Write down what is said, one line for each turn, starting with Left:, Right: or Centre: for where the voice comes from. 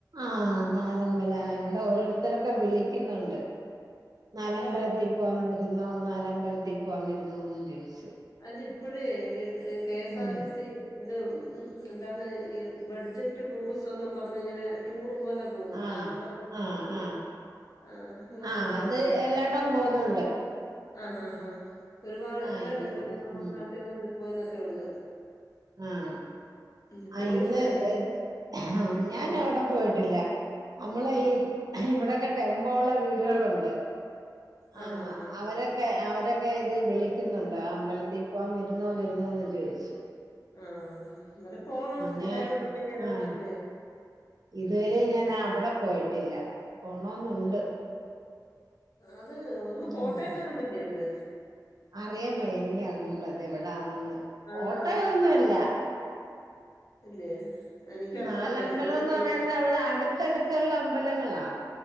Right: ആഹ് നാലമ്പല ഇവടെ ഓരോരുത്തരൊക്കെ വിളിക്ക്യുന്നുണ്ട്. നാലമ്പലത്തിൽ
Left: അല്ല
Right: പോവാൻ വരുന്നോ നാലമ്പലത്തി പോവാൻ വരുന്നോന്നും ചോയിച്ച്
Left: അല്ല ഇപ്പഴേ കേസ്
Right: ഉം
Left: ആർ ടി സില് എന്താണ് ഈ ബെഡ്ജറ്റ് ടൂറിസംന്നും പറഞ്ഞിങ്ങനെ ടൂറ് പോലെ പോവും
Right: ആഹ്
Left: നാലമ്പല ദർശനത്തിനും
Right: ആഹ് ആഹ്
Left: ആഹ് അങ്ങനെ
Right: ആഹ്
Left: എല്ലാരും
Right: അത്
Left: പോവും
Right: എല്ലായിടവും പോകുന്നുണ്ട്
Left: ആഹ് ആഹ് ഒരുപാട് എല്ലാ
Right: ആഹ് ഇവ
Left: ഡിപ്പാട്മെന്റിന്നും നമ്മുടെ
Right: ഉം
Left: നാട്ടിൽ നിന്ന് ഡിപ്പോയി നൊക്കെ ഉണ്ട്.
Right: ആഹ്
Left: ഉം
Right: അയിന്ന്
Left: പോയിട്ടില്ല ഞാൻ
Right: <unintelligible> ആഹ് ഞാൻ അവിടെ പോയിട്ടില്ല നമ്മള്
Left: ആ
Right: ഈ ഇവിടെ ഒക്കെ ടെമ്പോള്ള വീടുകളുണ്ട്
Left: ആ
Right: ആഹ്
Left: ആ
Right: അവരെ ക്കെ അവരൊക്കെ ഇത് വിളിക്കുന്നുണ്ട് ആഹ് അമ്പലത്തിൽ പോകാൻ വരുന്നോ വരുന്നോന്ന് ചോയ്ച്ച്
Left: ആഹ് ഇന്നാലും പോണം.
Right: ഞാൻ
Left: എല്ലാരും കൂടു മ്പം ഇങ്ങനെ രസല്ലേ
Right: ആഹ് ഇതുവരെ ഞാൻ അവടെ പോയിട്ടില്ല പോണോന്നുണ്ട്
Left: അത് ഒന്ന്
Right: ഉം
Left: കോട്ടയത്തങ്ങാണ്ടല്ലേ ഇത്
Right: അറിയാൻ വയ്യ എനിക്കറിഞ്ഞൂടാ അതെവിടാണെന്ന് കോട്ടയൊന്നല്ല.
Left: ആഹ് ഇല്ലേ എനിക്കും
Right: നാലമ്പലോന്ന്
Left: അത്ര അറിയത്തില്ല ഇങ്ങനെ കേ
Right: പറയുന്നെ അവിടെ അടുത്തടുത്തുള്ള അമ്പലങ്ങളാ